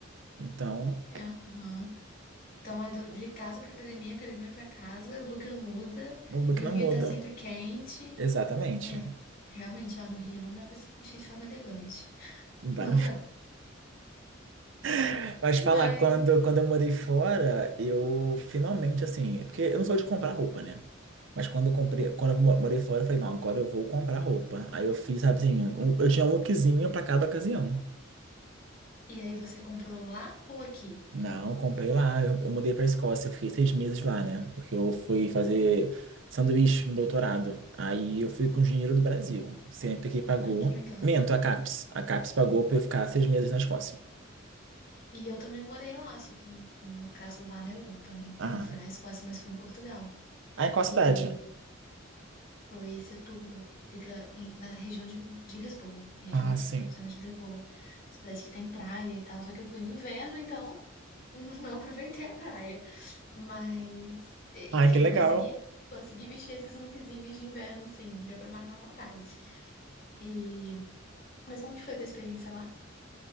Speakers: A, on the right (about 65°); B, on the left (about 45°).
A: Então,
B: Aham. Então é do- de casa pra academia, academia pra casa, o look não muda
A: o look
B: e
A: não
B: o Rio
A: muda.
B: tá sempre quente.
A: Exatamente.
B: É, realmente lá no Rio não dá pra se vestir de forma elegante.
A: Não dá-
B: Não dá.
A: <laughs> Mas
B: Mas.
A: falar, quando, quando eu morei fora, eu finalmente, assim... Porque eu não sou de comprar roupa, né? Mas quando eu comprei, quando eu mo- morei fora, eu falei, não, agora eu vou comprar roupa. Aí eu fiz, sabe assim, um- eu tinha um lookzinho pra cada ocasião.
B: E aí você comprou lá ou aqui?
A: Não, eu comprei lá. Eu, eu mudei para Escócia. Eu fiquei seis meses lá, né? Porque eu fui fazer sanduíche no doutorado. Aí eu fui com dinheiro do Brasil. Sempre que pagou.
B: Ah, que legal.
A: Minto, a CAPES. A CAPES pagou para eu ficar seis meses na Escócia.
B: E eu também morei lá, só que no caso lá na Europa, né?
A: Ah,
B: Não foi na Escócia, mas foi em Portugal.
A: aí qual cidade?
B: E foi Setúbal. Fica em- na região de, de Lisboa, região
A: Ah,
B: metropolitana
A: sim.
B: de Lisboa. Cidade que tem praia e tal, só que eu fui no inverno, então <laughs> não aproveitei a praia. Mas, e-
A: Ai,
B: enfim,
A: que legal.
B: consegui, consegui vestir esses lookzinhos de inverno, sim, deu pra matar a vontade. E, mas como que foi a tua experiência lá?